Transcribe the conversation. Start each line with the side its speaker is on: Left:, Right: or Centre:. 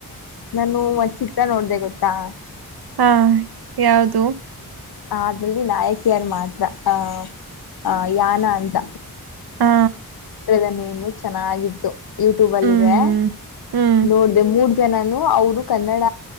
Left: ನಾನು ಒ ಚಿತ್ರ ನೋಡ್ದೆ ಗೊತ್ ತ್ತ
Right: ಹಾ ಯಾವ್ದು
Left: ಅದ್ರಲ್ಲಿ ನಾಯಕಿಯರ್ ಮಾತ್ರ ಅಹ ಅ ಯಾನ ಅಂತ.
Right: ಹಾ
Left: ಚಿತ್ರದ ನೇಮು ಚೆನ್ನಾಗಿತ್ತು ಯುಟ್ಯೂಬಲ್ಲಿದೆ
Right: ಹ್ಮ್ ಹ್ಮ್
Left: ನೋಡ್ದೆ ಮೂರ್ ಜನಾನು ಅವ್ರು ಕನ್ನಡ